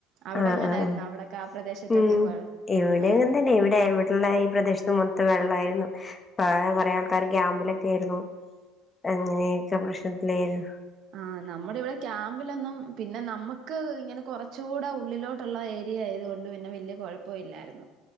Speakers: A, on the right (about 60°); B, on the left (about 25°).
A: അവിടെ
B: ആ ആ
A: എങ്ങനാരുന്ന്
B: ആ
A: അവിടൊക്കെ ആഹ് പ്രദേശത്തൊക്കെ
B: ഉം
A: കൊ
B: ഇവിടെ
A: അന്ന്
B: അങ്ങനെ ഇവിടെ എവിടെ ള്ളായി ഈ പ്രദേശത്ത് മൊത്തം വെള്ളായിരുന്നു ആഹ് കൊറേ ആൾക്കാര് ക്യാമ്പിലൊക്കെ ആരുന്നു അങ്ങനെയൊക്കെ പ്രശ്നത്തിലായിരുന്നു
A: ആഹ നമ്മുടെ ഇവിടെ ക്യാമ്പിലൊന്നും പിന്നെ നമ്മുക്ക് ഇങ്ങനെ കൊറച്ചൂടെ ഉള്ളിലോട്ട് ട്ടുള്ള ഏരിയ ആയതുകൊണ്ട് പിന്നെ വല്യ കൊഴപ്പം ഇല്ലാരുന്നു